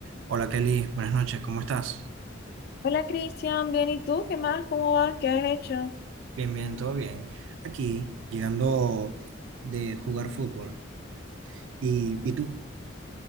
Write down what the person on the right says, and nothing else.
Hola Kelly, buenas noches, ¿cómo estás?
Bien, bien, todo bien. Aquí, llegando de jugar fútbol. ¿Y, y tú?